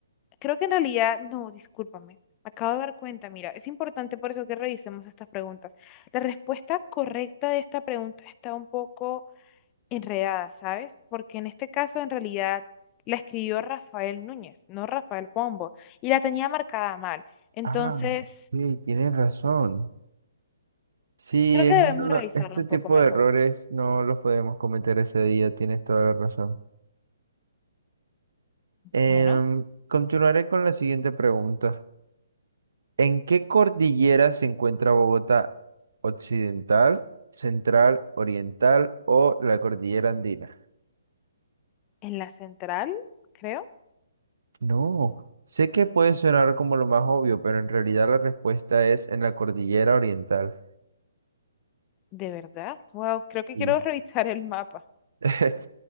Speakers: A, on the left; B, on the right.
A: creo que en realidad, no, discúlpame, me acabo de dar cuenta, mira, es importante por eso que revisemos estas preguntas. La respuesta correcta de esta pregunta está un poco enredada, ¿sabes? Porque en este caso, en realidad, la escribió Rafael Núñez, no Rafael Pombo, y la tenía marcada mal. Entonces,
B: Ah, sí, tienes razón. Sí,
A: creo
B: es
A: que
B: uno-
A: debemos revisarla
B: este
A: un
B: tipo
A: poco mejor.
B: de errores no los podemos cometer ese día, tienes toda la razón. Em,
A: Bueno,
B: continuaré con la siguiente pregunta. ¿En qué cordillera se encuentra Bogotá? ¿Occidental, central, oriental o la cordillera andina?
A: en la central, creo,
B: No, sé que puede sonar como lo más obvio, pero en realidad la respuesta es en la cordillera oriental.
A: de verdad. Wow, creo que
B: Mm.
A: quiero <laughs> revisar el mapa.
B: <laughs>